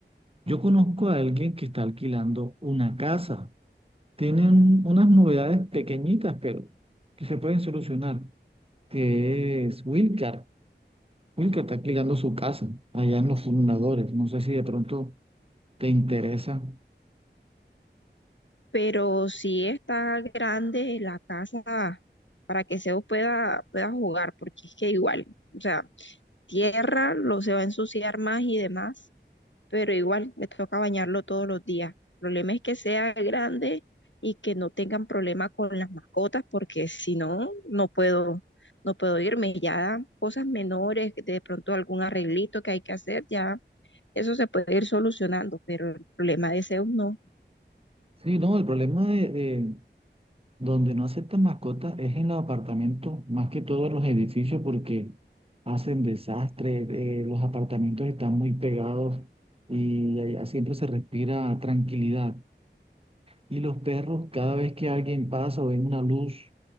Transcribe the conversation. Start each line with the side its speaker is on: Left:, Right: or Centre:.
Right: Yo conozco a alguien que está alquilando una casa. Tienen unas novedades pequeñitas, pero que se pueden solucionar, que es Wilcar. Wilcar está alquilando su casa allá en los fundadores. No sé si de pronto te interesa.
Left: pero sí está grande la casa para que Zeus pueda, pueda jugar, porque es que igual, o sea, tierra lo se va a ensuciar más y demás, pero igual le toca bañarlo todos los días. El problema es que sea grande y que no tengan problema con las mascotas, porque si no, no puedo, no puedo irme. Ya dan cosas menores, de pronto algún arreglito que hay que hacer, ya eso se puede ir solucionando, pero el problema de Zeus no.
Right: Sí, no, el problema de, de- Donde no aceptan mascotas es en los apartamentos, más que todos los edificios, porque hacen desastres, eh, los apartamentos están muy pegados y allá siempre se respira tranquilidad. Y los perros, cada vez que alguien pasa o ven una luz